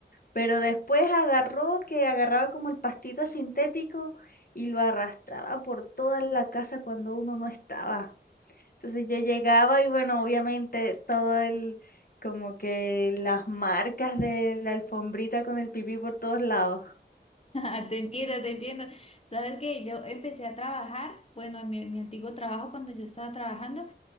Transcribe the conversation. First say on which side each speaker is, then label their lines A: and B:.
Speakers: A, on the left; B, on the left.
A: pero después agarró que agarraba como el pastito sintético y lo arrastraba por toda la casa cuando uno no estaba. Entonces yo llegaba y bueno, obviamente todo el, como que las marcas de la alfombrita con el pipí por todos lados.
B: <laughs> Te entiendo, te entiendo. Sabes que yo empecé a trabajar, bueno, en mi, en mi antiguo trabajo cuando yo estaba trabajando